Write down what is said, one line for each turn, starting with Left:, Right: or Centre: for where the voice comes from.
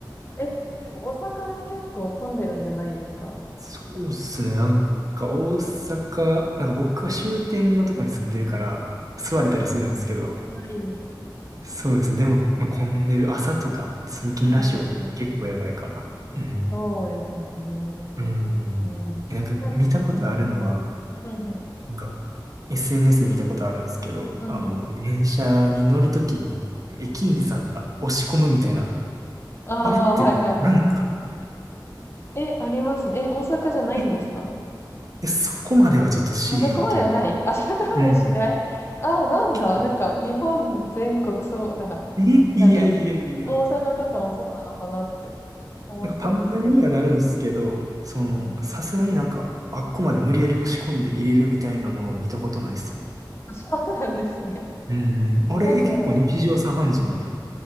Left: え、でも大阪も結構混んでるんじゃないですか
Right: そうっすね。なんか大阪、なんか僕は終点のとこに住んでるから、座れたりするんですけど、
Left: ああ、いいです。
Right: そうですね。でも、まあ、混んでる朝とか通勤ラッシュ結構やばいかな。
Left: うんうんうん。
Right: うん。
Left: そうですよね。
Right: うん。
Left: うん。
Right: えなんか見たことあるのは、
Left: なん、うんうん。うんうん。
Right: なんか SNS で見たことあるんですけど、
Left: うんうん。
Right: あの、電車に乗るときに駅員さんが押し込むみたいな、
Left: ああ、
Right: あれってあるんですか
Left: はいはいはい。え、ありますね。え、大阪じゃないんですか
Right: え、えそこまではちょっとしーへんっていうか。
Left: あそこまではないあそこまでしないああー、
Right: うん。
Left: なんだ。
Right: 結構、
Left: なんか、日本全国そう、なんか、
Right: え、
Left: なんだろう。
Right: いやいやいや。
Left: 大阪とかもそうなのかなって思ってたんですけど。
Right: なんかパンパンにはなるんですけど、
Left: う
Right: その、
Left: んうん
Right: さすがになんか、あっこまで無理やり押し込んで入れるみたいなのを見たことないっすね。
Left: あ <laughs> そうなんですね。
Right: うん。あれ、
Left: なんだろう。
Right: え結構日常茶飯事なんや。